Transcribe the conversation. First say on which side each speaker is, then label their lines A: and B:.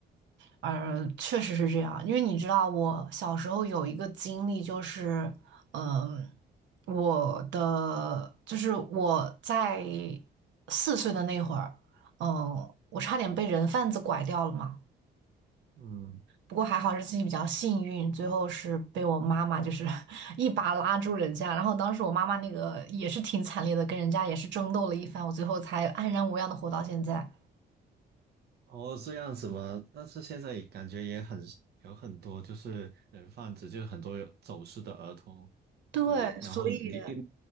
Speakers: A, on the right; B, on the right.
A: 呃，确实是这样，因为你知道，我小时候有一个经历，就是，嗯、我的就是我在四岁的那会儿，嗯、我差点被人贩子拐掉了嘛，
B: 嗯，
A: 不过还好是自己比较幸运，最后是被我妈妈就是 <laughs> 一把拉住人家，然后当时我妈妈那个也是挺惨烈的，跟人家也是争斗了一番，我最后才安然无恙的活到现在。
B: 哦，这样子吗？但是现在也感觉也很有很多就是人贩子，就很多有走失的儿童。
A: 对，
B: 对，然后你一
A: 所以。